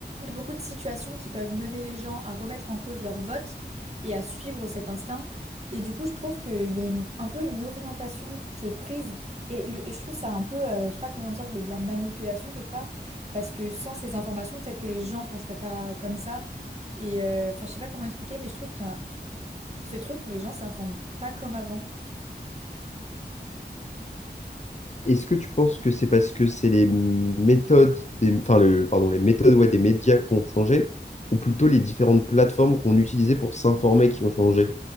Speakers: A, on the right (about 35°); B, on the left (about 40°).
A: de beaucoup de situations qui peuvent mener les gens à remettre en cause leur vote et à suivre cet instinct. Et du coup, je trouve qu'il y a une- un peu une orientation qui est prise. Et, le- et je trouve ça un peu, euh, je sais pas comment dire, mais de la manipulation quelque part. Parce que sans ces informations, peut-être que les gens penseraient pas comme ça. Et euh, enfin, je sais pas comment expliquer, mais je trouve qu'il y a ce truc où les gens s'informent pas comme avant.
B: Est-ce que tu penses que c'est parce que c'est les méthodes des, enfin, le, pardon, les méthodes, ouais, des médias qui ont changé, ou plutôt les différentes plateformes qu'on utilisait pour s'informer qui ont changé?